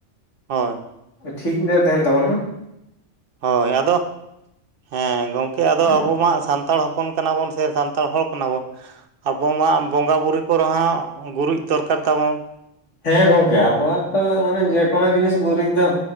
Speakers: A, on the right; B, on the left.
A: ᱦᱳᱸᱭ
B: ᱴᱷᱤᱠ ᱜᱮ ᱛᱟᱦᱮᱱ ᱛᱟᱵᱚᱱ ᱦᱟᱜ᱾
A: ᱦᱳᱭ ᱟᱫᱚ ᱦᱮᱸ ᱜᱚᱢᱠᱮ ᱟᱫᱚ
B: ᱦᱮᱸ
A: ᱟᱵᱚ ᱢᱟ ᱥᱟᱱ ᱛᱟᱲ ᱦᱚᱯᱚᱱ ᱠᱟᱱᱟ ᱵᱚᱱ ᱥᱮ ᱥᱟᱱᱛᱟᱲ ᱦᱚᱲ ᱠᱟᱱᱟ ᱵᱚᱱ, ᱟᱵᱚ ᱢᱟ ᱵᱚᱸᱜᱟ ᱵᱩᱨᱩ ᱠᱚ ᱨᱮᱦᱚᱸ ᱜᱩᱨᱤᱡ ᱫᱚᱨᱠᱟᱨ ᱛᱟᱵᱚᱱ᱾
B: ᱦᱮᱸ ᱜᱚᱢᱠᱮ ᱟᱵᱚᱣᱟᱜ ᱛᱚ ᱢᱟᱱᱮ ᱡᱮᱠᱳᱱᱳ ᱡᱤᱱᱤᱥ ᱜᱩᱨᱤᱡ ᱫᱚ